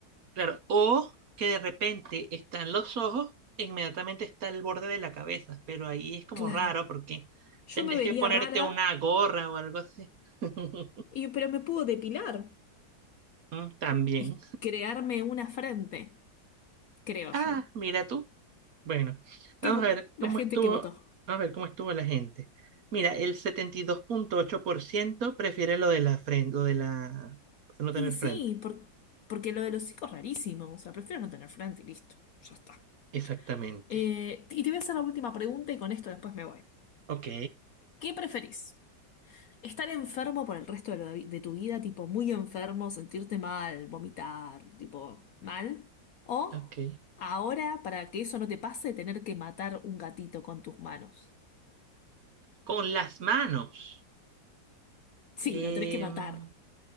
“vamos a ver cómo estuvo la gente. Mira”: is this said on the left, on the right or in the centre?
Right